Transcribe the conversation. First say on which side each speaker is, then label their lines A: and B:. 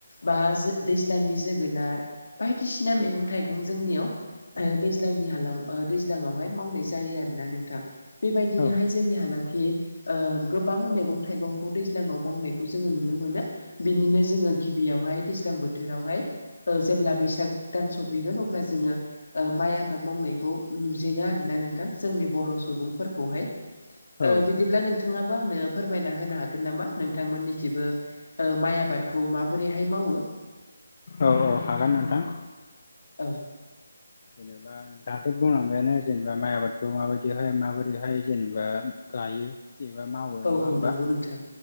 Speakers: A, on the left (about 70°); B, on the left (about 50°).
A: बा दैज्लांनि जोगोनार बायदिसिना मैगं थाइगं जोंनियाव ओ दैज्लांनि हालाम दैज्लांआवहाय मावनाय जायो आरोना नोंथां बेबायदिनोहाय
B: औ
A: जोंनि हालामखि ओ गोबां मैगं थाइगंखौ दैज्लाङाव मावनायखौ जोङो नुनो मोनो। बिनिनो जोङो गिबियावहाय दैज्लां बोथोरावहाय ओ जेब्ला बैसाग दान सफैगोन अब्ला जोङो ओ माइ आबाद मावनायखौ नुजेनो आरोना नोंथां जोंनि बर' सुबुंफोरखौहाय। ओ
B: औ
A: बिदिब्ला नोंथाङाबो आंनो फोरमायना होनो हागोन नामा नोंथांमोननिखिबो ओ माइ आबादखौ माबोरैहाय मावो
B: औ-औ हागोन नोंथां।
A: औ।
B: जेनेबा दाथ' बुंलांबायानो जेनेबा माइ आबादखौ माबायदिहाय माबोरैहाय जेनेबा गायो। एबा मावो
A: औ
B: नङा
A: औ
B: होमबा
A: नंगौ नोंथां